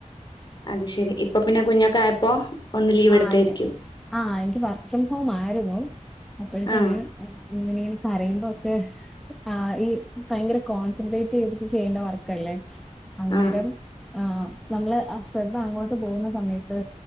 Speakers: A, on the left; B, in the centre.
A: അത് ശരി ഇപ്പൊ പിന്നെ കുഞ്ഞൊക്കെ ആയപ്പോ ഒന്ന് ലീവ് എടുത്തായിരിക്കും
B: ആ ആഹ എനിക്ക് വർക് ഫ്രം ഹോം ആയിരുന്നു അപ്പോഴത്തന്നെ
A: ആ
B: ങ്ങനെങ്ങനെ കരയുമ്പൊക്കെ ആ ഈ ഭയങ്കര കോൺസെൻട്രേറ്റ് ചെയ്തിട്ട് ചെയ്യണ വർക്കല്ലേ അന്നേരം
A: ആ
B: ആ നമ്മള് ആ ശ്രദ്ധ അങ്ങോട്ട് പോകുന്ന സമയത്ത്